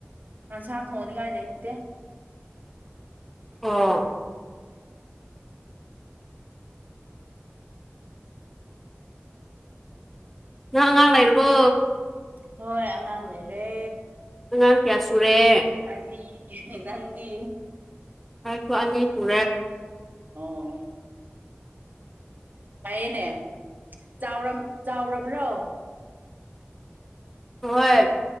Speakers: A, on the right; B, in the centre.
A: ꯌꯦꯟꯁꯥꯡ ꯊꯣꯡꯅꯤꯡꯉꯥꯏ ꯂꯩꯇꯦ
B: ꯑꯣ ꯅꯪ ꯑꯉꯥꯡ ꯂꯩꯔꯕꯣ
A: ꯍꯣꯏ ꯑꯉꯥꯡ ꯂꯩꯔꯦ
B: ꯑꯉꯥꯡ ꯀꯌꯥ ꯁꯨꯔꯦ
A: ꯑꯅꯤ ꯅꯪꯗꯤ
B: ꯑꯩꯁꯨ ꯑꯅꯤ ꯁꯨꯔꯦ
A: ꯑꯣ ꯐꯩꯌꯦꯅꯦ ꯆꯥꯎ ꯆꯥꯎꯔꯕ꯭ꯔꯣ
B: ꯍꯣꯏ